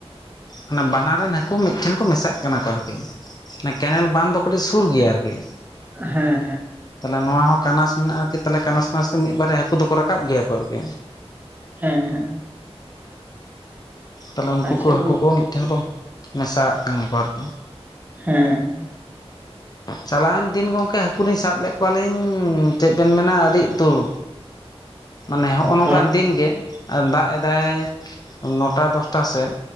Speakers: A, on the left (about 40°); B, on the right (about 15°).
A: ᱚᱱᱟ ᱵᱟᱱᱟᱨ ᱨᱮᱱ ᱦᱟᱹᱠᱩ ᱢᱤᱫᱴᱷᱮᱱ ᱠᱚ ᱢᱮᱥᱟᱜ ᱠᱟᱱᱟ ᱠᱚ ᱟᱨᱠᱤ ᱚᱱᱟ ᱠᱮᱱᱮᱞ ᱵᱟᱸᱫᱽ ᱫᱚ ᱠᱟᱹᱴᱤᱡ ᱥᱩᱨ ᱜᱮᱭᱟ ᱟᱨᱠᱤ
B: ᱦᱮᱸ ᱦᱮᱸ
A: ᱛᱟᱦᱞᱮ ᱱᱚᱶᱟ ᱦᱚᱸ ᱠᱟᱱᱟᱥ ᱢᱮᱱᱟᱜᱼᱟᱠᱤ ᱛᱟᱦᱮ ᱠᱟᱱᱟᱥ ᱠᱟᱱᱟᱥ ᱛᱮ ᱢᱤᱫᱵᱟᱨ ᱦᱟᱹᱠᱩ ᱫᱚᱠᱚ ᱨᱟᱠᱟᱵ ᱜᱮᱭᱟ ᱠᱚ ᱟᱨᱠᱤ
B: ᱦᱮᱸ ᱦᱮᱸ
A: ᱛᱟᱦᱞᱮ ᱩᱱᱠᱩ
B: ᱟᱪᱪᱷᱟ
A: ᱠᱚ ᱦᱟᱹᱠᱩ ᱠᱚ ᱢᱤᱫ ᱴᱮᱱ ᱠᱚ ᱢᱮᱥᱟᱜ ᱠᱟᱱᱟ ᱠᱚ ᱟᱨ ᱠᱤ
B: ᱦᱮᱸ
A: ᱪᱟᱞᱟᱣᱮᱱ ᱫᱤᱱ ᱜᱚᱝ ᱠᱮ ᱦᱟᱹᱠᱩ ᱞᱤᱧ ᱥᱟᱵ ᱞᱮᱫ ᱠᱚᱣᱟᱞᱤᱧ ᱪᱮᱫ ᱵᱮᱱ ᱢᱮᱱᱟ ᱟᱹᱰᱤ ᱩᱛᱟᱹᱨ᱾ ᱢᱟᱱᱮ ᱦᱚᱜᱼᱚᱭ ᱱᱚᱝᱠᱟᱱ
B: ᱞᱟᱦᱟ
A: ᱫᱤᱱ ᱜᱮ ᱫᱟᱜ ᱮᱫᱟᱭ ᱱᱚᱴᱟ ᱫᱚᱥᱴᱟ ᱥᱮᱫ